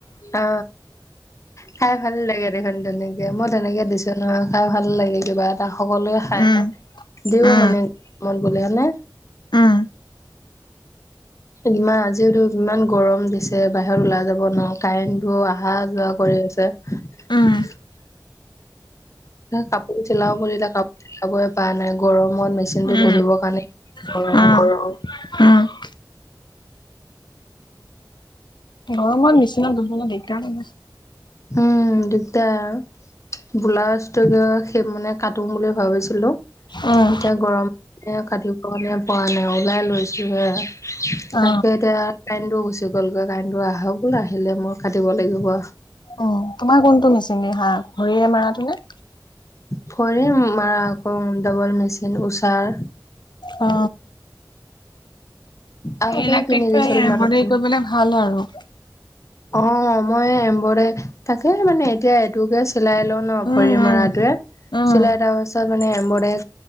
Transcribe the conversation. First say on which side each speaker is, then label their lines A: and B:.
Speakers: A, on the left; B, on the left.
A: অ খাই ভাল লাগে দেখোন তেনেকে মই তেনেকে দিছো নহয় খাই ভাল লাগে কিবা। তাক সকলোৱে খাই
B: উম
A: দিওঁ
B: উম
A: মানে মন গলে হেনে
B: উম
A: ইমান আজিওতো ইমান গৰম দিছে বাহিৰত ওলাই যাব নোৱাও। কাৰেণ্টো অহা যোৱা কৰি আছে। <unintelligible>
B: উম
A: কাপোৰ চিলাও বুলিলে কাপোৰ চিলাব পৰা নাই গৰম মন মেচিনটো
B: উম
A: বহিবৰ কাৰণে গৰম
B: উম
A: <inaudible>
B: উম গৰমৰ নিচিনা দুব দিগদাৰ নে?
A: উম দিগদাৰ। ব্লাউজটো সেই মানে কাটোঙ বুলি ভাবিছিলো।
B: উম
A: এতিয়া গৰম কেনে কাটো অণে পোৱা নাই ওলাই লৈছো হে
B: অ
A: তাকে এতিয়া কাইণ্টো গুচি গ'লগৈ কাইণ্টো আহক নাহিলে মই কাটিব লাগিব আ।
B: উ তোমাৰ কোনটো মেচিনে হা ভৰিয়ে মাৰাটো নে?
A: ভৰি মাৰা আক ডাবল মেচিন উষাৰ।
B: অ
A: আগতে
B: ইলেক্ট্ৰিকটোৱে
A: কিনি দিছিল মানুহজনে
B: হেৰি কৰিবলে ভাল আৰু।
A: অ মই এম্বডাৰে তাকে মানে এতিয়া এইটোকে চ- চিলাই লও ন ভৰি
B: উম
A: মৰাটোৱে
B: উম উম
A: চিলাই তাৰ পিছত মানে এম্বডাৰী